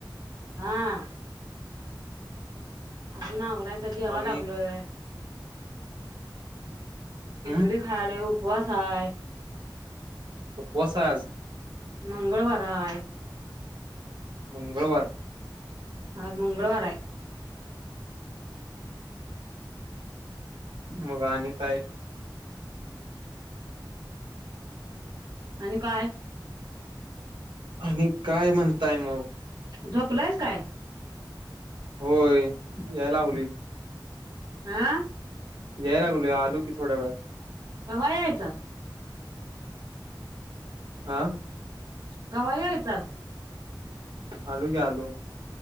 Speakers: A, on the right (about 55°); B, on the right (about 70°).
A: हा. अजून आवराच. जेवा
B: आणि
A: लागलोय. खिचडी
B: हम्
A: खायलो. उपवास हाय.
B: उपवास आहे आज.
A: मंगळवार हाय.
B: मंगळवार.
A: आज मंगळवारे.
B: मग आणि काय?
A: आणि काय?
B: आणि काय म्हणताय मग?
A: झोपलायस काय?
B: होय याय लावली.
A: आ.
B: याय लागलूय. आलू की थोड्या वेळात.
A: कव्हा यायचा.
B: आ.
A: कव्हा यायचास.
B: आलू क्या आलू.